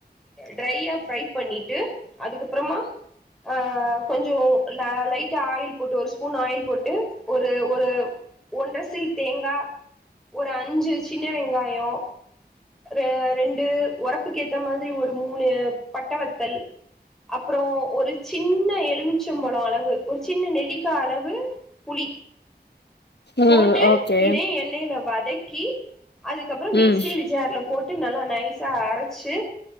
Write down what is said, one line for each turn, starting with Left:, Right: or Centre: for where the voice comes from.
Centre: ட்ரையா ஃபிரை பண்ணிட்டு அதுக்கப்புறமா ஆ கொஞ்ச லைட்டா ஆயில் போட்டு ஒரு ஸ்பூன் ஆயில் போட்டு ஒரு ஒரு ஒன்ற சில் தேங்கா ஒரு அஞ்சு சின்ன வெங்காயொ ஒரு ரெண்டு ஒரப்புக்கு ஏத்த மாரி ஒரு மூணு பட்டவத்தல் அப்புறோ ஒரு சின்ன எலுமிச்சம்பழ அளவு ஒரு சின்ன நெல்லிக்கா அளவு புளி
Left: ம்
Centre: போட்டு
Left: ஓகே
Centre: இதையு எண்ணெய்ல வ தக்கி அதுக்கப்ற மிக்சி
Left: ம்
Centre: ஜார்ல போட் டு நல்லா நைசா அரச்சு